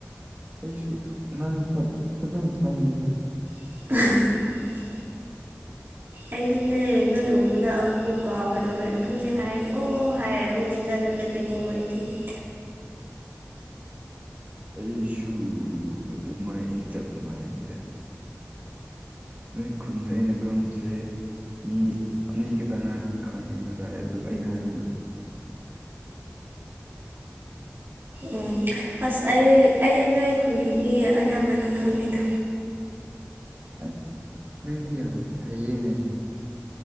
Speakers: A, on the right (about 30°); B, on the right (about 50°).
A: ꯑꯩꯁꯨ ꯅꯪ ꯆ ꯐꯪꯕꯤꯗ
B: <inaudible> ꯑꯩꯖꯅꯦ ꯅꯣꯏ ꯑꯣ ꯑꯗꯨꯅ ꯑꯃꯨꯛ ꯑꯃꯨꯛ ꯀꯥꯎꯋꯦ ꯇꯧꯋꯦ ꯑꯗꯨꯗꯤ ꯍꯥꯏꯔꯦ ꯑꯣ ꯍꯥꯏꯔꯦ ꯑꯃꯨꯛ ꯅꯤꯡꯁꯤꯡꯉꯒꯗꯤꯕꯣ ꯑꯩꯗꯤꯗꯤ <inaudible>
A: ꯑꯩꯁꯨ ꯑꯗꯨꯃꯥꯏ ꯆꯞꯝꯕꯅꯩ ꯑꯩꯗ ꯅꯣꯏ ꯈꯨꯟꯗ ꯑꯩꯅ ꯈꯪꯉꯨꯁꯦ ꯃꯤ ꯑꯅꯤ ꯈꯈꯤꯇꯪ ꯉꯥꯏꯍꯥꯛ ꯈꯥꯡꯉꯦ ꯉꯁꯥꯏ ꯑꯗꯨ ꯑꯩꯅ ꯍꯥꯏꯕꯗꯨ
B: ꯎꯝ ꯑꯁ ꯑꯩ ꯑꯩꯁ ꯅꯣꯏ ꯈꯨꯜꯒꯤ ꯃꯤ ꯑꯌꯥꯝꯕꯅ ꯈꯪꯉꯦꯅ
A: ꯑꯁ ꯅꯪꯗꯤ ꯌꯥꯝ ꯍꯩꯌꯦꯅꯦ